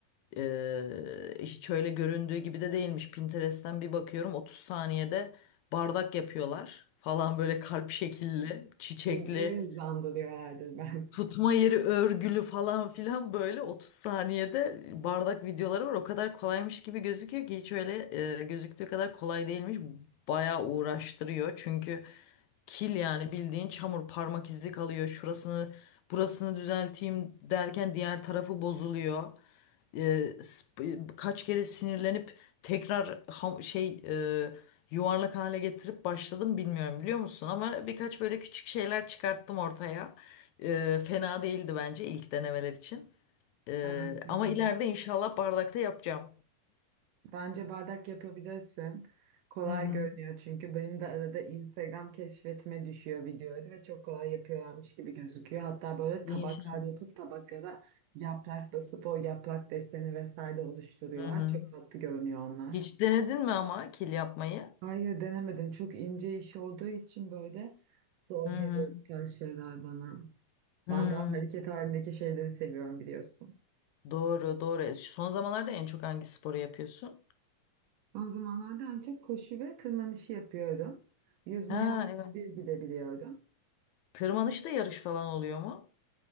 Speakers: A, on the left; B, on the right.
A: E, hiç öyle göründüğü gibi de değilmiş. Pinterest'ten bir bakıyorum 30 saniyede bardak yapıyorlar falan böyle kalp şekilli, çiçekli
B: Videoyu hızlandırıyor herhalde belki.
A: tutma yeri örgülü falan filan böyle 30 saniyede bardak videoları var. O kadar kolaymış gibi gözüküyor ki hiç öyle e, gözüktüğü kadar kolay değilmiş. Bayağı uğraştırıyor. Çünkü kil yani bildiğin çamur parmak izi kalıyor. Şurasını burasını düzelteyim derken diğer tarafı bozuluyor e, sp- kaç kere sinirlenip tekrar ham- şey e, yuvarlak hale getirip başladım bilmiyorum biliyor musun? Ama birkaç böyle küçük şeyler çıkarttım ortaya. E, fena değildi bence ilk denemeler için. E,
B: Aa, güzel.
A: ama ileride inşallah bardakta yapacağım.
B: Bence bardak yapabilirsin. Kolay
A: Hı hı.
B: görünüyor çünkü benim de arada Instagram keşfetime düşüyor videoları ve çok kolay yapıyorlarmış gibi gözüküyor. Hatta böyle
A: İnşallah.
B: tabaklar yapıp tabaklara yaprak basıp o yaprak deseni vesaire oluşturuyorlar.
A: Hı hı.
B: Çok tatlı görünüyor onlar.
A: Hiç denedin mi ama kil yapmayı?
B: Hayır denemedim. Çok ince iş olduğu için böyle zor
A: Hı
B: geliyor
A: hı.
B: bu tarz şeyler bana.
A: Hı.
B: Ben daha hareket halindeki şeyleri seviyorum biliyorsun.
A: Doğru doğru. Son zamanlarda en çok hangi sporu yapıyorsun?
B: Son zamanlarda en çok koşu ve tırmanışı yapıyorum. Yüzmeye
A: Ha
B: haftada
A: evet.
B: bir gidebiliyordum.
A: Tırmanışta yarış falan oluyor mu?